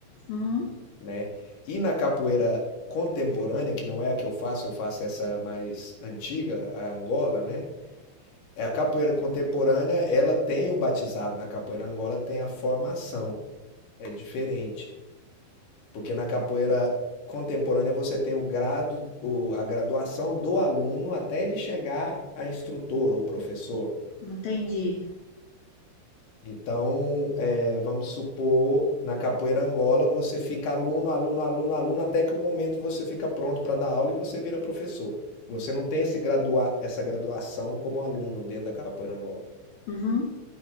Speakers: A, on the left (about 80°); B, on the left (about 60°).
A: Uhum.
B: né? E na capoeira contemporânea, que não é a que eu faço, eu faço essa mais antiga, a Angola, né? É a capoeira contemporânea, ela tem o batizado, na capoeira Angola tem a formação, é diferente, porque na capoeira contemporânea você tem o grado, o- a graduação do aluno até ele chegar a instrutor ou professor.
A: Entendi.
B: Então, eh, vamos supor, na capoeira Angola, você fica aluno, aluno, aluno, aluno, até que o momento você fica pronto para dar aula e você vira professor. Você não tem esse gradua essa graduação como aluno dentro da capoeira Angola.
A: Uhum.